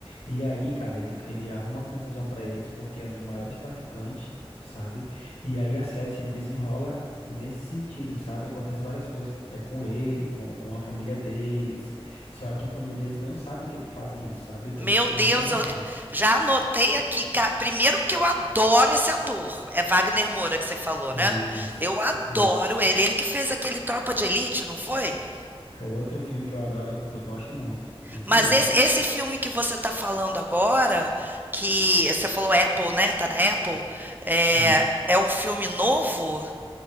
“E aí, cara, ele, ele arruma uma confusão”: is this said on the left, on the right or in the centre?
Left